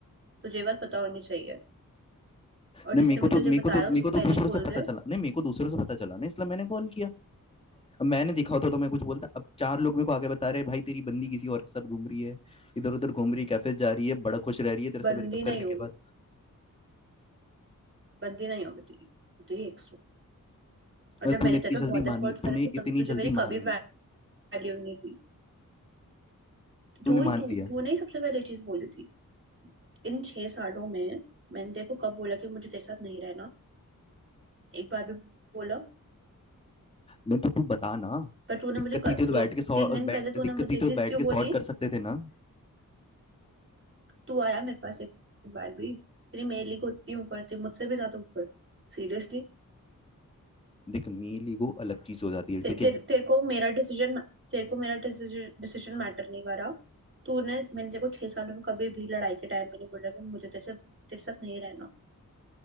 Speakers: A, on the right; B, on the left.
A: तुझे ये बात पता होनी चाहिए और
B: नहीं
A: जिसने
B: मेरे को
A: भी
B: तो
A: तुझे
B: मेरे को
A: बताया
B: तो मेरे
A: उसको
B: को तो
A: पहले
B: दूसरों
A: ही बोल
B: से पता
A: दे
B: चला नहीं मेरे को दूसरों से पता चला ना इसलिए मैंने कॉल किया अब मैंने देखा होता तो मैं कुछ बोलता अब चार लोग मेरे को आगे बता रहे हैं भाई तेरी बंदी किसी और के साथ घूम रही है इधर उधर घूम रही है कैफे जा रही है बड़ा खुश रह रही है तेरे से
A: बंदी
B: ब्रेकअप
A: नहीं
B: करने के
A: हूँ
B: बाद
A: बंदी नहीं हूँ मैं तेरी तेरी ex हूँ। और
B: और
A: जब मैंने
B: तूने इतनी
A: तेरे
B: जल्दी
A: पे बहुत एफर्ट्स
B: मान लिया
A: करे
B: तूने
A: थे
B: इतनी
A: तब तुझे
B: जल्दी
A: मेरी कभी
B: मान लिया
A: वैल्यू नहीं थी
B: तूने
A: तू
B: मान
A: ही तू
B: लिया
A: तूने ही सबसे पहले ये चीज बोली थी इन छह सालों में मैंने तेरे को कब बोला कि मुझे तेरे साथ नहीं रहना एक बार भी बोला
B: नहीं तो तू बता ना
A: पर तूने
B: दिक्कत
A: मुझे क-
B: थी तो
A: दो
B: बैठ के सॉ-
A: तीन दिन
B: बैठ
A: पहले तूने
B: दिक्कत
A: मुझे
B: थी
A: ये
B: तो
A: चीज
B: बैठ
A: क्यों
B: के
A: बोली
B: सॉर्ट कर सकते थे ना
A: तू आया मेरे पास एक बार भी तेरी मेरे को उतनी ऊपर थी मुझसे भी ज्यादा ऊपर सीरियसली
B: देख मेल ईगो अलग चीज हो जाती है
A: ते,
B: ठीक
A: ते,
B: है
A: तेरे को मेरा डिसीजन तेरे को मेरा डिसीजन डिसीजन मैटर नहीं करा तूने मैंने तेरे को छह सालों में कभी भी लड़ाई के टाइम पे नहीं बोला कि मुझे तेरे से तेरे साथ नहीं रहना